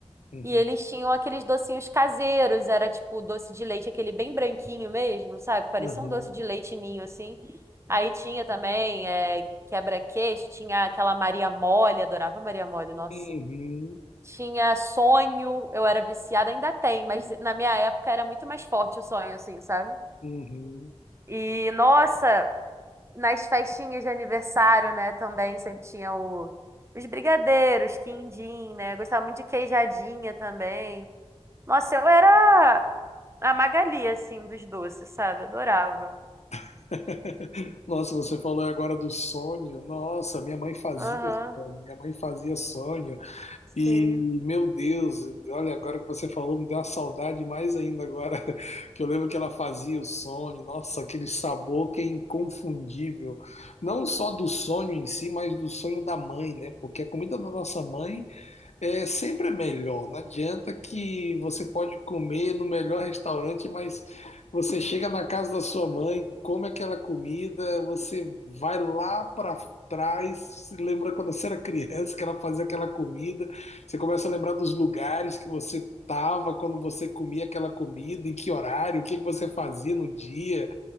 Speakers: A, on the left; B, on the right.
A: Uhum.
B: E eles tinham aqueles docinhos caseiros, era tipo doce de leite, aquele bem branquinho mesmo, sabe? Parecia
A: Uhum.
B: um doce de leite ninho, assim. Aí tinha também é, quebra-queixo, tinha aquela Maria Mole, adorava Maria Mole, nossa.
A: Uhum.
B: Tinha sonho, eu era viciada, ainda tem, mas na minha época era muito mais forte o sonho, assim, sabe?
A: Uhum.
B: E, nossa, nas festinhas de aniversário, né, também sempre tinha o, os brigadeiros, quindim, né? Eu Gostava muito de queijadinha também. Nossa, eu era a Magali, assim, dos doces, sabe? Adorava.
A: <laughs> Nossa, você falou agora do sonho. Nossa, minha mãe fazia
B: Aham,
A: sonho. Minha mãe fazia sonho.
B: sim.
A: E, meu Deus, olha, agora que você falou, me deu uma saudade mais ainda agora, <laughs> que eu lembro que ela fazia o sonho, nossa, aquele sabor que é inconfundível, não só do sonho em si, mas do sonho da mãe, né? Porque a comida da nossa mãe é, sempre é melhor. Não adianta que você pode comer no melhor restaurante, mas você chega na casa da sua mãe, come aquela comida, você vai lá para trás, se lembra quando você era criança que ela fazia aquela comida, você começa a lembrar dos lugares que você estava quando você comia aquela comida, em que horário, o que que você fazia no dia.